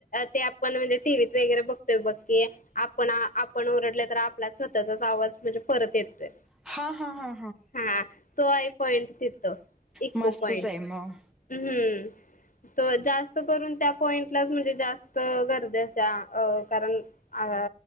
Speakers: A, on the left; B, in the centre.
A: ते आपण म्हणजे टीव्त वगैरे बघतोय बघो की आपण आपण ओरडले तर आपला स्वतःचाच आवाज म्हणजे परत येतोय
B: हा हा हा
A: हा तो आय पॉइंट तिथं इको
B: मस्तच
A: पॉइंट
B: आहे मग.
A: हम् हम्म तर जास्त करून त्या पॉईंटला म्हणजे जास्त गरजेच्या कारण अ